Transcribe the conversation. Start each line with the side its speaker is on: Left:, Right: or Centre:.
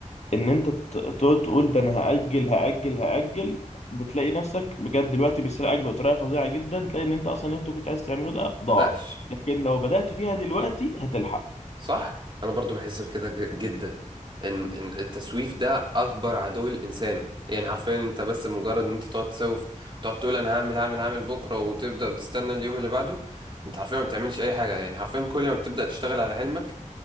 Left: إن أنت ت- تقعد تقول ده أنا هأجل هأجل هأجل بتلاقي نفسك بجد الوقت بيسرقك بطريقة فظيعة جدا تلاقي إن أنت أصلا اللي أنت كنت عايز تعمله ده ضاع
Right: بدأتش
Left: لكن لو بدأت فيها دلوقتي هتلحق
Right: صح انا برضو بحس بكده ج- جدا ان ان التسويف ده اكبر عدو الانسان يعني حرفيا انت بس مجرد ان انت تقعد تسوف تقعد تقول انا هعمل هعمل هعمل بكرة وتبدأ وتستنى اليوم اللي بعده انت حرفيا ما بتعملش اي حاجة يعني حرفيا كل ما بتبدأ تشتغل على حلمك